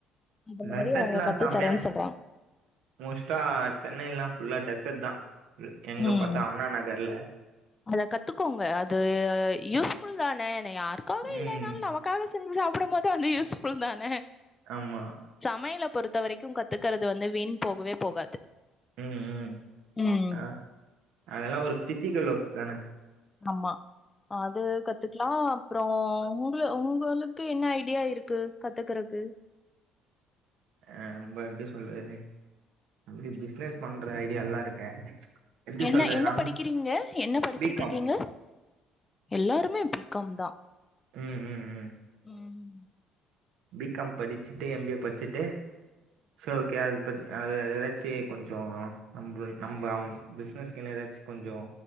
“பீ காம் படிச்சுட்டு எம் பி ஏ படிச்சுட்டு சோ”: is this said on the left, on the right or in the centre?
Right